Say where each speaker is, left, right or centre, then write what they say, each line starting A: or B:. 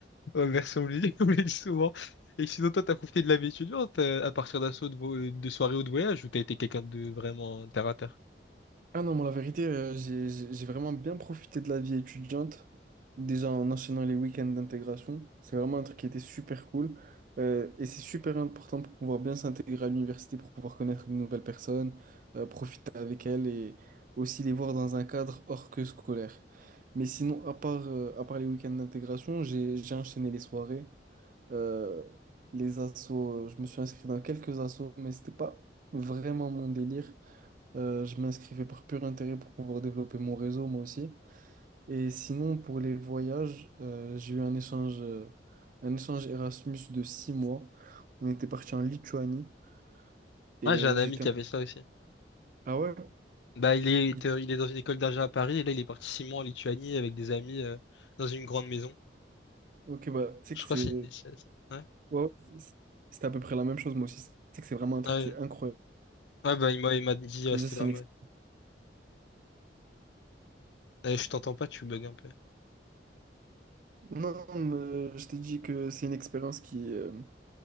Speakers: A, on the left (about 80°); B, on the right (about 45°).
A: Ouais, merci, on me le dit, <laughs> on me le dit souvent. Et sinon, toi, t'as profité de la vie étudiante euh, à partir d'un saut de, vo- de soirée ou de voyage ou t'as été quelqu'un de vraiment terre à terre?
B: Ah non, moi, la vérité, euh, j'ai j'ai- j'ai vraiment bien profité de la vie étudiante, déjà en enchaînant les week-ends d'intégration. C'est vraiment un truc qui était super cool. euh, et c'est super important pour pouvoir bien s'intégrer à l'université, pour pouvoir connaître de nouvelles personnes, euh, profiter avec elles et aussi les voir dans un cadre hors que scolaire. Mais sinon, à part, euh, à part les week-ends d'intégration, j'ai j'ai enchaîné les soirées, euh, les assos. euh, Je me suis inscrit dans quelques assos, mais c'était pas vraiment mon délire. Euh, je m'inscrivais par pur intérêt pour pouvoir développer mon réseau, moi aussi. Et sinon, pour les voyages, euh, j'ai eu un échange, euh, un échange Erasmus de six mois. On était parti en Lituanie et
A: Ah, j'ai un
B: euh,
A: ami
B: j'étais...
A: qui avait ça aussi.
B: Ah ouais?
A: Bah, il est,
B: Il-
A: il est dans une école d'argent à Paris et là, il est parti six mois en Lituanie avec des amis euh, dans une grande maison.
B: Ok, bah, tu sais
A: Je
B: que
A: crois
B: c'est...
A: que c'est
B: ouais,
A: une des... c'est- c'est- Ouais.
B: ouais, c'est c'est à peu près la même chose, moi aussi. Tu sais que c'est vraiment un truc
A: Ouais,
B: qui est incroyable.
A: Ouais, bah, il m'a il m'a dit, euh,
B: Déjà,
A: c'était
B: c'est
A: pas
B: une...
A: mal.
B: expérience...
A: Eh, je t'entends pas, tu bugs un peu.
B: Non, non, mais je t'ai dit que c'est une expérience qui, euh,